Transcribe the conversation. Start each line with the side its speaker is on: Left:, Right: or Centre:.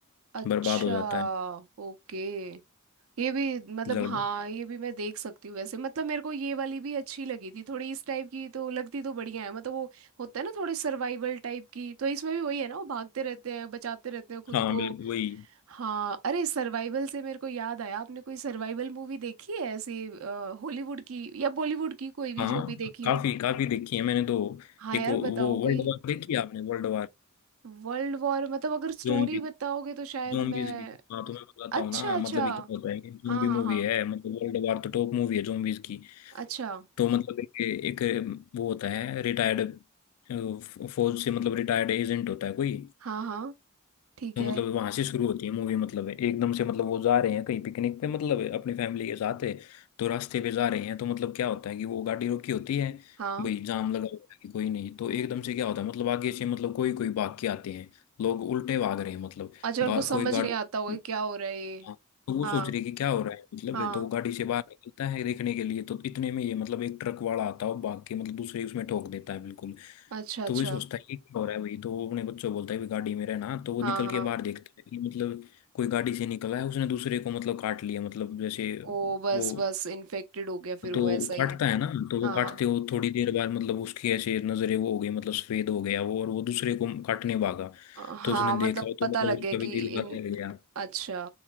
Right: अच्छा
Left: बर्बाद हो जाता है
Right: ओके ये भी मतलब
Left: जल
Right: हाँ ये भी मैं देख सकती हूँ वैसे मतलब मेरे को ये वाली भी अच्छी लगी थी थोड़ी इस टाइप की तो लगती तो बढ़िया है मतलब वो होता है ना थोड़े सर्वाइवल टाइप की तो इसमें भी वही है ना वो भागते रहते हैं बचाते रहते हैं खुद
Left: हाँ
Right: को
Left: बिल्कुल वही
Right: हाँ अरे सर्वाइवल से मेरे को याद आया आपने कोई सर्वाइवल मूवी देखी है ऐसे हॉलीवुड की या बॉलीवुड की कोई भी
Left: हाँ
Right: जो भी देखी
Left: काफी
Right: हो
Left: काफी देखी है मैंने तो
Right: हाँ
Left: एक
Right: यार
Left: वो
Right: बताओ
Left: वर्ल्ड
Right: कोई
Left: वार देखी है आपने वर्ल्ड
Right: World war मतलब अगर स्टोरी
Left: वार
Right: बताओगे तो शायद
Left: zombies
Right: मैं
Left: की हाँ तो मैं बताता
Right: अच्छा
Left: हूँ ना
Right: अच्छा
Left: मतलब ये क्या होता है कि zombie
Right: हाँ हाँ
Left: मूवी
Right: हाँ
Left: है मतलब वर्ल्ड वार तो टॉप मूवी है zombies की
Right: अच्छा
Left: तो मतलब एक, एक वो होता है रिटायर्ड फौज से मतलब रिटायर्ड एजेंट होता है कोई
Right: हाँ हाँ ठीक
Left: तो
Right: है
Left: मतलब वहां से शुरू होती है मूवी मतलब एकदम से मतलब वो जा रहे हैं कहीं पिकनिक पे मतलब अपनी फैमिली के साथ है तो रास्ते पे जा रहे हैं तो मतलब क्या होता है कि वो गाड़ी रोकी होती है
Right: हाँ
Left: भाई जाम लगा हुआ है कि कोई नहीं तो एकदम से क्या होता है मतलब आगे से मतलब कोई कोई भाग के आते हैं लोग उल्टे भाग रहे हैं मतलब
Right: अच्छा
Left: गा,
Right: उनको समझ
Left: कोई गाड़ी
Right: नहीं आता होगा कि क्या हो रहा है ये
Left: हाँ, तो वो
Right: हाँ
Left: सोच रही है कि क्या हो रहा है मतलब
Right: हाँ
Left: ये तो वो गाड़ी से बाहर निकलता है देखने के लिए तो इतने में ये मतलब एक ट्रक वाला आता है और भाग के मतलब दूसरे उसमें ठोक देता है बिल्कुल
Right: अच्छा अच्छा
Left: तो वही सोचता है ये क्या हो रहा है भाई तो वो अपने बच्चों को बोलता है भी गाड़ी में रहना तो वो
Right: हाँ
Left: निकल के
Right: हाँ
Left: बाहर देखता है कि मतलब कोई गाड़ी से निकला है उसने दूसरे को मतलब काट लिया मतलब जैसे
Right: ओ बस
Left: वो
Right: बस इन्फेक्टेड हो गया फिर वो
Left: तो
Right: ऐसा ही
Left: काटता है ना तो वो
Right: हाँ
Left: काटते हो थोड़ी देर बाद मतलब उसकी ऐसे नजरें वो हो गई मतलब सफेद हो गया वो और वो दूसरे को काटने भागा
Right: अ,
Left: तो
Right: हाँ
Left: उसने
Right: मतलब
Left: देखा तो
Right: पता
Left: मतलब
Right: लग गया
Left: उसका भी
Right: कि
Left: दिल
Right: इन
Left: हल्का लग गया
Right: अच्छा